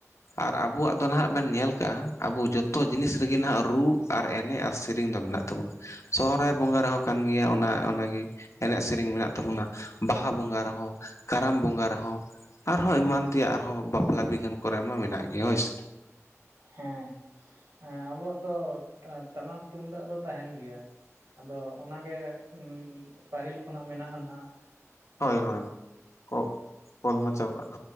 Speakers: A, on the left; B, on the right.
A: ᱟᱨ ᱟᱵᱚᱣᱟᱜ ᱫᱚ ᱱᱟᱦᱟᱜ ᱵᱮᱱ ᱧᱮᱞ ᱠᱟᱜᱼᱟ᱾ ᱟᱵᱚ ᱡᱚᱛᱚ ᱡᱤᱱᱤᱥ ᱨᱤᱜᱤ ᱱᱟᱦᱟᱜ ᱨᱩ ᱟᱨ ᱮᱱᱮᱡ ᱟᱨ ᱥᱮᱨᱮᱧ ᱫᱚ ᱢᱮᱱᱟᱜ ᱛᱟᱵᱚᱱ ᱥᱚᱦᱨᱟᱭ ᱵᱚᱸᱜᱟ ᱨᱮᱦᱚᱸ ᱠᱟᱱ ᱜᱮᱭᱟ ᱚᱱᱟ ᱚᱱᱟᱜᱮ ᱮᱱᱮᱡ ᱥᱤᱨᱤᱧ ᱢᱮᱱᱟᱜ ᱛᱟᱵᱚᱱᱟ ᱵᱟᱦᱟ ᱵᱚᱸᱜᱟ ᱨᱮᱦᱚᱸ ᱠᱟᱨᱟᱢ ᱵᱚᱸᱜᱟ ᱨᱮᱦᱚᱸ ᱟᱨᱦᱚᱸ ᱮᱢᱟᱱ ᱛᱮᱭᱟᱜ ᱟᱨᱦᱚᱸ ᱵᱟᱯᱞᱟ ᱵᱤᱜᱷᱟᱹᱱ ᱠᱚᱨᱮ ᱢᱟ ᱢᱮᱱᱟᱜ ᱜᱮ ᱦᱳᱭ ᱥᱮ
B: ᱦᱮᱸ ᱮᱸ ᱟᱵᱚᱣᱟᱜ ᱫᱚ ᱴᱟᱢᱟᱠ ᱛᱩᱢᱫᱟᱜ ᱫᱚ ᱛᱟᱦᱮᱱ ᱜᱮᱭᱟ᱾ ᱟᱫᱚ ᱚᱱᱟᱜᱮ ᱩᱸ ᱯᱟᱹᱦᱤᱞ ᱠᱷᱚᱱᱟᱜ ᱢᱮᱱᱟᱜᱼᱟ ᱱᱟᱦᱟᱜ
A: ᱦᱳᱭ
B: ᱟᱫᱚ
A: ᱦᱳᱭ ᱚ ᱠᱚᱞ ᱢᱟ ᱪᱟᱵᱟ <unintelligible>